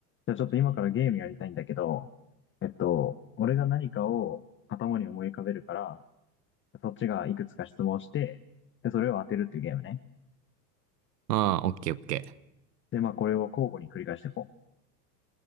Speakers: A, on the left; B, on the right.
A: じゃあちょっと今からゲームやりたいんだけど、えっと、俺が何かを頭に思い浮かべるから、そっちがいくつか質問して、で、それを当てるっていうゲームね。
B: ああ、オッケーオッケ
A: で、まあこれを交互に繰り返していこう。